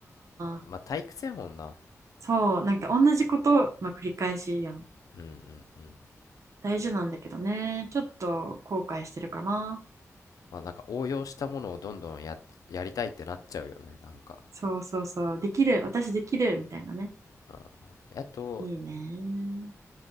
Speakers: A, on the left (about 85°); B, on the right (about 60°).
A: ま、
B: あ、
A: まあ、退屈やもんな。
B: そう、なんか同じことの繰り返しやん。
A: うんうんうん。
B: 大事なんだけどね、ちょっと後悔してるかな。
A: まあ、なんか応用したものをどんどんや、やりたいってなっちゃうよね、なんか。
B: そうそうそう、できる、私できるみたいなね。
A: うん。あと、
B: いいね。